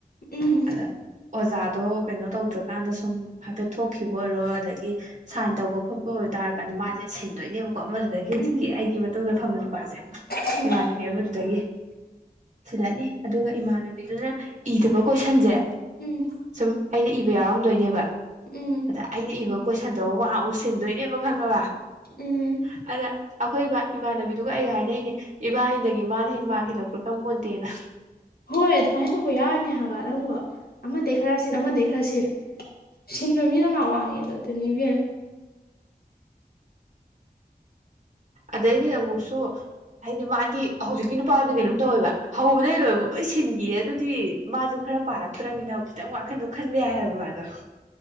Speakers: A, on the left; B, on the right.
A: ꯎꯝ
B: ꯑꯗ ꯑꯣꯖꯥꯗꯣ ꯀꯩꯅꯣ ꯇꯧꯗ꯭ꯔ ꯀꯥꯟꯗ ꯁꯨꯝ ꯍꯥꯏꯐꯦꯠ ꯊꯣꯛꯈꯤꯕ ꯑꯣꯏꯔꯣ ꯑꯗꯒꯤ ꯁꯥꯏꯟ ꯇꯧꯕ ꯈꯣꯠꯄ ꯑꯣꯏ ꯇꯔꯀꯥꯟꯗ ꯃꯥꯖꯦ ꯁꯤꯟꯗꯣꯏꯅꯦꯕ ꯑꯃꯗꯨꯗꯒꯤ ꯍꯧꯖꯤꯛꯀꯤ
A: ꯎꯝ
B: ꯑꯩꯒꯤ ꯃꯇꯨꯡꯗ ꯐꯝꯕ ꯅꯨꯄꯥꯁꯦ
A: ꯎꯝ
B: ꯏꯃꯥꯟꯅꯕꯤ ꯑꯃꯗꯨꯗꯒꯤ ꯁꯤꯜꯂꯅꯤ ꯏꯃꯥꯟꯅꯕꯤꯗꯨꯅ ꯏꯗꯕ ꯀꯣꯏꯁꯟꯖꯦ
A: ꯎꯝ
B: ꯁꯨꯝ ꯑꯩꯅ ꯏꯕ ꯌꯤꯎ ꯗꯣꯢꯅꯦꯕ
A: ꯎꯝ ꯎꯝ
B: ꯑꯗ ꯑꯩꯅ ꯏꯕ ꯀꯣꯏꯁꯟꯗꯣ ꯋꯥ ꯑꯃꯨꯛ ꯁꯤꯟꯗꯣꯏꯅꯦꯕ ꯈꯪꯉꯕ ꯑꯗ
A: ꯎꯝ
B: ꯑꯩꯈꯣꯏ ꯏ ꯏꯃꯥꯟꯅꯕꯤꯗꯨ ꯑꯗꯨꯒ ꯑꯩꯒ ꯍꯥꯏꯅꯩꯅꯦ ꯏꯕꯥꯅꯤꯗꯒꯤ ꯃꯥꯅ ꯍꯦ ꯃꯥ ꯍꯦꯜꯂꯛꯄ꯭ꯔꯥ ꯈꯪ ꯄꯣꯟꯇꯦꯅ
A: ꯍꯣꯏ ꯑꯗꯨꯃꯥꯏꯅ ꯇꯧꯕ ꯌꯥꯎꯔꯤꯅꯦ ꯍꯥꯢꯕ ꯅꯪꯕꯨ ꯑꯃꯗꯩ ꯈꯔ ꯁꯤꯟ ꯑꯃꯗꯩ ꯈꯔ ꯁꯤꯟ ꯁꯤꯟꯕ ꯃꯤꯅ ꯃꯥꯥꯛ ꯋꯥꯡꯉꯦꯗꯣ ꯑꯗꯨꯅꯤ ꯏꯕꯦꯝ
B: ꯑꯗꯩꯗꯤ ꯑꯃꯨꯛꯁꯨ ꯍꯥꯏꯗꯤ ꯃꯥꯗꯤ ꯍꯧꯖꯤꯛꯀꯤ ꯅꯨꯄꯥꯗꯨꯗꯤ ꯀꯩꯅꯣꯝ ꯇꯧꯋꯦꯕ ꯍꯧꯕꯗꯒꯤ ꯂꯣꯏꯕꯧ ꯂꯣꯏ ꯁꯤꯟꯒꯦꯌꯦ ꯑꯗꯨ ꯗꯤ ꯃꯥꯁꯨ ꯈꯔ ꯄꯥꯔꯛꯇ꯭ꯔꯝꯅꯤꯅ ꯈꯤꯇꯪ ꯋꯥꯈꯟꯗꯣ ꯈꯟꯕ ꯌꯥꯏ ꯍꯥꯏꯕ ꯃꯥꯗꯣ